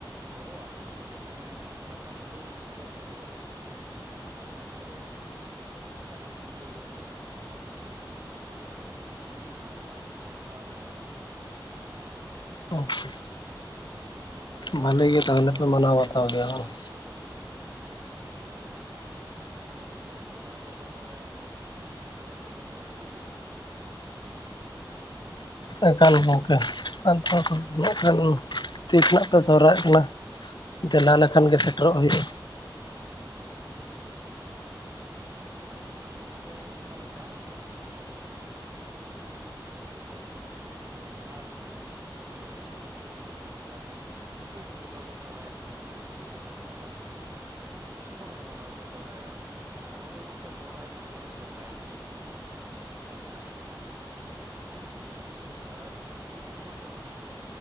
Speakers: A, on the right; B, on the left.
A: ᱦᱚᱲᱚᱜᱼᱟ ᱢᱮᱛᱟᱜ ᱢᱮ ᱡᱟᱹᱱᱤᱡ ᱯᱟᱛᱟ ᱴᱟᱺᱰᱤ ᱨᱮ ᱤᱱᱟᱹᱜ ᱵᱟᱠᱚ ᱦᱚᱲᱚᱜᱼᱟ, ᱮᱱᱛᱮ ᱟᱞᱮ ᱟᱹᱛᱩ ᱨᱮᱱᱟᱜ ᱰᱟᱺᱝᱨᱤ ᱠᱷᱩᱱᱴᱟᱹᱣ ᱨᱮ ᱤᱱᱟᱹᱜ ᱠᱚ ᱦᱚᱲᱚᱜᱼᱟ᱾ ᱚᱱᱚ ᱚᱝᱠᱟ ᱦᱩᱭᱩᱜᱼᱟ ᱟᱨ ᱪᱮᱫ ᱢᱟᱱᱮ ᱢᱮᱱ ᱜᱟᱱᱚᱜᱼᱟ ᱟᱹᱰᱤ ᱡᱚᱢᱠᱟᱣ ᱜᱮ ᱦᱩᱭᱩᱜᱼᱟ᱾
B: ᱟᱪᱪᱷᱟ <inaudible>
A: ᱜᱚᱝᱠᱮ ᱛᱟᱦᱞᱮ
B: ᱵᱷᱟᱞᱮ ᱜᱮ
A: ᱱᱤᱭᱟᱹ
B: ᱛᱟᱦᱚᱞᱮ
A: ᱫᱷᱟᱣ
B: ᱯᱮ
A: ᱥᱚᱦᱚᱨᱟᱭ
B: ᱢᱟᱱᱟᱣ ᱵᱟᱛᱟᱣ
A: ᱨᱮ
B: ᱜᱮᱭᱟ
A: ᱛᱟᱦᱞᱮ
B: ᱵᱟᱝ?
A: ᱢᱮᱱᱫᱟᱹᱧ ᱜᱚᱝᱠᱮ ᱛᱟᱦᱮ ᱱᱤᱭᱟᱹ ᱫᱷᱟᱣ ᱥᱚᱦᱚᱨᱟᱭ ᱨᱮ ᱛᱟᱦᱚᱞᱮ ᱟᱞᱮᱥᱮᱫ ᱧᱮᱧᱮᱞ ᱦᱤᱡᱩᱜ ᱵᱤᱱ ᱥᱮᱫ
B: ᱮᱠᱟᱞ ᱜᱚᱢᱠᱮ ᱮᱠᱟᱱ ᱛᱤᱥ ᱱᱟᱜ ᱯᱮ ᱥᱚᱦᱨᱟᱭᱚᱜ ᱠᱟᱱᱟ ᱫᱮᱞᱟ ᱞᱮᱠᱷᱟᱱ ᱜᱮ ᱥᱮᱴᱮᱨᱚᱜ ᱦᱩᱭᱩᱜᱼᱟ᱾
A: ᱦᱮᱸ ᱟᱞᱮ ᱫᱚ ᱦᱟᱸᱜ ᱜᱚᱝᱠᱮ ᱚᱱᱠᱟ ᱞᱮᱠᱟ ᱡᱟᱦᱟᱸ ᱞᱮᱠᱟ ᱠᱚ ᱢᱮᱱᱟ ᱟᱵᱚ ᱫᱚ ᱱᱚᱛᱮ ᱫᱚ ᱪᱮᱫᱠᱟ ᱢᱟᱱᱮ ᱵᱟᱨ ᱡᱚᱠᱷᱚᱡ ᱵᱚᱱ ᱥᱚᱦᱨᱟᱭᱚᱜ ᱠᱟᱱᱟ ᱠᱤᱪᱷᱩ ᱫᱚ ᱦᱮᱱᱟᱜ ᱠᱚᱣᱟ ᱡᱮ ᱯᱩᱥ ᱵᱚᱸᱜᱟ ᱠᱚ ᱥᱚᱦᱨᱟᱭᱚᱜ ᱠᱟᱱᱟ ᱟᱨ ᱠᱤᱪᱷᱩ ᱫᱚ ᱢᱮᱱᱟᱜ ᱠᱚᱣᱟ ᱥᱚᱨᱦᱟᱭ ᱵᱚᱸᱜᱟ ᱜᱮᱠᱚ ᱥᱚᱨᱦᱟᱭᱚᱜᱼᱟ, ᱢᱮᱱᱠᱷᱟᱱ ᱟᱞᱮ ᱫᱚ ᱜᱚᱝᱠᱮ ᱥᱚᱨᱦᱟᱭ ᱵᱚᱸᱜᱟ ᱜᱮᱞᱮ ᱥᱚᱨᱚᱦᱟᱭᱚᱜᱼᱟ ᱾ ᱚ <unintelligible> ᱟᱨ ᱟᱭᱢᱟ ᱴᱚᱴᱷᱟᱼᱼ